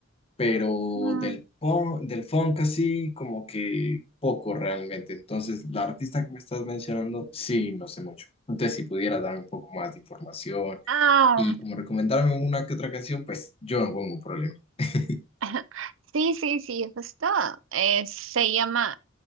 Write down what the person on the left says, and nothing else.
pero
del, pon- del funk así como que poco realmente. Entonces, la artista que me estás mencionando, sí, no sé mucho. Entonces, si pudieras darme un poco más de información
y como recomendarme una que otra canción, pues yo no pongo un problema. <laughs>